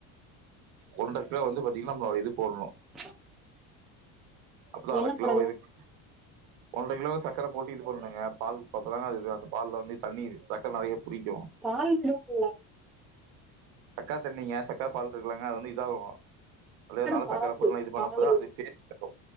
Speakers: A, on the right (about 70°); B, in the centre.
A: ஒன்றர கிலோ வந்து பாத்தீங்கனா நம்ம இது போடணும்
B: <unintelligible>
A: அப்ப தா
B: என்ன
A: அரை கிலோ
B: போடணு
A: இதுக்கு ஒன்ற கிலோ சக்கர போட்டு இது பண்ணணுங்க பால்க்கு அப்றோ தாங்க அந்த இது அந்த பால் வந்து தண்ணீரு சக்கர நெறையா புடிக்கும்
B: பால் விடுவாலா
A: சக்கர தண்ணீங்க சக்கர பால் இருக்காங்க அது வந்து இதாகும்னால
B: சக்கர பாகு
A: சக்கரை பொது இது பண்ணும்
B: பால்
A: போது
B: இல்ல
A: டேஸ்ட்